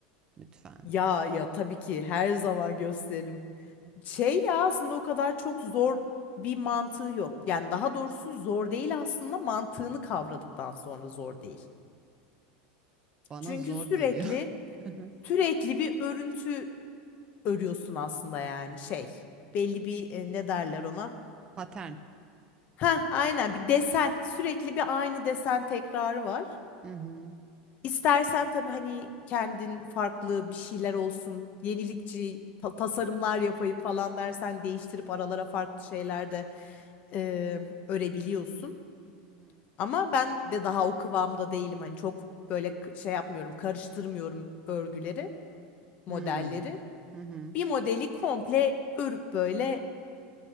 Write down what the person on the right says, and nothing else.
Lütfen.
Hmm. Bana
zor
geliyor. <laughs>
Patern.
Hı hı.
Hı hı.
Hmm. Hı hı.